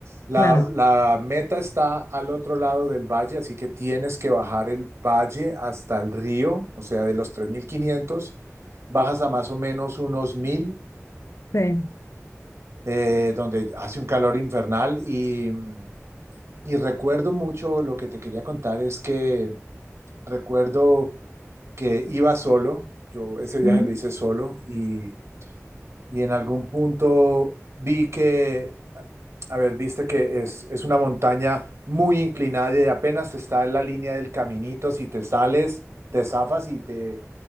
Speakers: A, on the right; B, on the left.
A: La,
B: Claro.
A: la meta está al otro lado del valle, así que tienes que bajar el valle hasta el río, o sea, de los 3500 bajas a más o menos unos mil
B: Sí.
A: eh, donde hace un calor infernal y, y recuerdo mucho lo que te quería contar es que recuerdo que iba solo, yo ese viaje
B: Ujú.
A: lo hice solo y, y en algún punto vi que, a ver, viste que es, es una montaña muy inclinada y apenas está en la línea del caminito, si te sales, te zafas y te